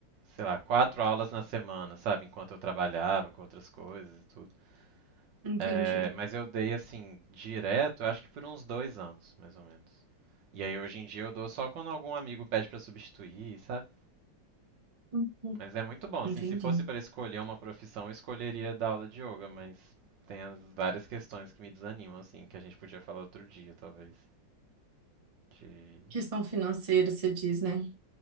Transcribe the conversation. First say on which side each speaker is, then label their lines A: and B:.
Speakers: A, on the right; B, on the right.
A: sei lá, quatro aulas na semana, sabe, enquanto eu trabalhava com outras coisas e tudo.
B: entendi.
A: É, Mas eu dei assim direto, eu acho que por uns dois anos, mais ou menos. E aí hoje em dia eu dou só quando algum amigo pede pra substituir, sabe?
B: Uhum,
A: Mas é muito bom, assim,
B: Entendi.
A: se fosse para escolher uma profissão, eu escolheria dar aula de yoga, mas tem as várias questões que me desanimam, assim, que a gente podia falar outro dia, talvez. De...
B: Questão financeira, você diz, né?